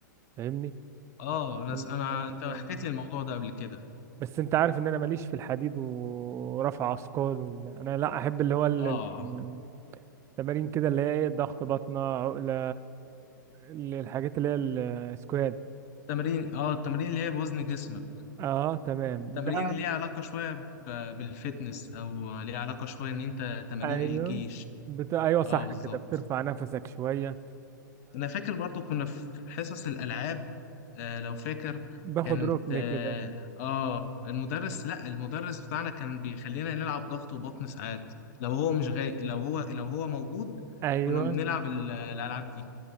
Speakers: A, on the right; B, on the left.
A: فاهمني
B: اه انا
A: كان-
B: س- انا انت حكيت لي الموضوع ده قبل كده
A: بس انت عارف ان انا ماليش في الحديد ورفع اثقال وال... انا لا احب اللي هو ال-
B: اه
A: ال- التمارين كده اللي هي ايه ضغط بطنة عقلة ال- الحاجات اللي هي السكواد
B: تمرين اه التمرين اللي هي بوزن جسمك
A: اه تمام
B: تمارين
A: ده
B: اللي ليها علاقة شوية ب- بالفتنس او ليها علاقة شوية ان انت تمارين
A: ايوه
B: الجيش
A: بت... ايوه صح
B: اه بالظبط
A: كده بترفع نفسك شويه
B: انا فاكر برضو كنا في حصص الالعاب آه لو فاكر
A: فباخد
B: كانت
A: ركن
B: اه
A: كده
B: آه، المدرس لا المدرس بتاعنا كان بيخلينا نلعب ضغط وبطن ساعات لو هو مش غاي لو هو لو هو موجود
A: ايوه
B: كنا بنلعب ال- الالعاب دي